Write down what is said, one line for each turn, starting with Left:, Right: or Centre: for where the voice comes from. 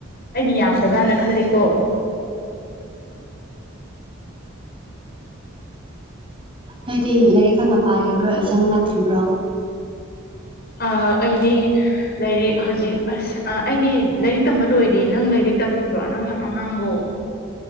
Left: ꯑꯩꯗꯤ ꯌꯥꯝꯗꯕ꯭ꯔꯅ ꯈꯜꯂꯤꯀꯣ <inaudible>
Right: ꯅꯣꯏꯗꯤ ꯂꯥꯏꯔꯤꯛ ꯍꯥꯟꯅ ꯄꯥꯔꯤꯕ꯭ꯔꯣ ꯑꯦꯛꯖꯥꯝ ꯅꯛꯇ꯭ꯔꯤꯕ꯭ꯔꯣ
Left: ꯑꯥ ꯑꯩꯗꯤ ꯂꯥꯏꯔꯤꯛ ꯍꯧꯖꯤꯛ ꯑꯁ ꯑꯩꯗꯤ ꯂꯥꯏꯔꯤꯛ ꯇꯝꯕ ꯂꯣꯏꯔꯦ ꯅꯪ ꯂꯥꯏꯔꯤꯛ ꯇꯝꯃꯤꯕ꯭ꯔꯣ ꯅꯪ ꯌꯥꯝ ꯑꯉꯥꯡꯂꯣ